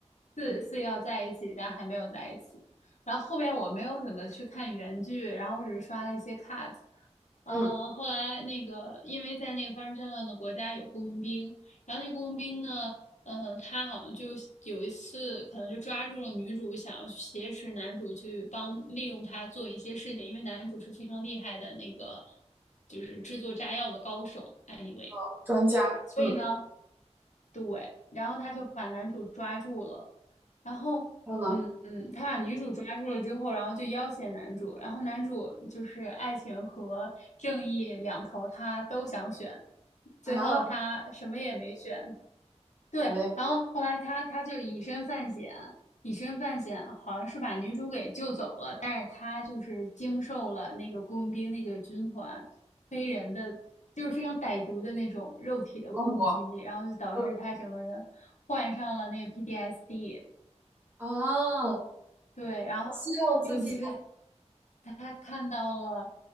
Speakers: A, on the left; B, on the right.
A: 似似要在一起，
B: 嗯，
A: 但还没有在一起。然后后边我没有怎么去看原剧，然后我只刷了一些 cut。呃，
B: 嗯
A: 后来那个，因为在那个发生战乱的国家有雇佣兵，然后那雇佣兵呢，呃，他好像就有一次可能就抓住了女主，想要去挟持男主去帮利用他做一些事情，因为男主是非常厉害的那个，就是制作炸药的高手。Anyway，
B: 哦专家，
A: 所以呢，
B: 嗯，
A: 对，然后他就把男主抓住了，然后嗯嗯，
B: 然后呢，
A: 他把女主抓住了之后，然后就要挟男主，然后男主就是爱情和正义两头他都想选，最后他什么也没选，
B: 啊，
A: 对，
B: 怎么样，
A: 然后后来他他就以身犯险，以身犯险，好像是把女主给救走了，但是他就是经受了那个雇佣兵那个军团非人的，就是非常歹毒的那种肉体的攻击，
B: 折磨，
A: 然后就导致他整个人患上了那个
B: 嗯
A: PTSD。
B: 啊，
A: 对，然后尤其是
B: 牺牲了自己，
A: 他看到了，